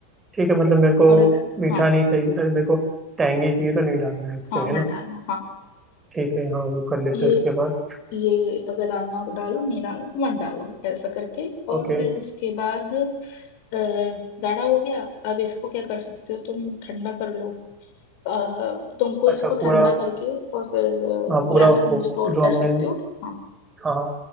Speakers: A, on the right; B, on the left.
A: ठीक है मतलब मेरे को
B: और अगर
A: मीठा
B: हाँ
A: नहीं चाहिए अरे मेरे को टैंगी चाहिए तो नहीं डालना है उसको
B: हाँ मत
A: है ना
B: डालना हाँ
A: ठीक है हाँ वो कर लेते
B: ये
A: हैं उसके बाद
B: ये अगर डालना हो तो डालो नहीं डालना तो मत डालो ऐसा करके और
A: ओके
B: फिर उसके बाद अ, गाढ़ा हो गया अब इसको क्या कर सकते हो तुम ठंडा कर लो अ, तुमको
A: अच्छा
B: इसको
A: पूरा
B: ठंडा करके और फिर
A: हाँ
B: अ,
A: पूरा
B: या तो
A: उसको
B: तुम स्टोर
A: जो
B: कर
A: हमने
B: सकते हो हाँ
A: हाँ हाँ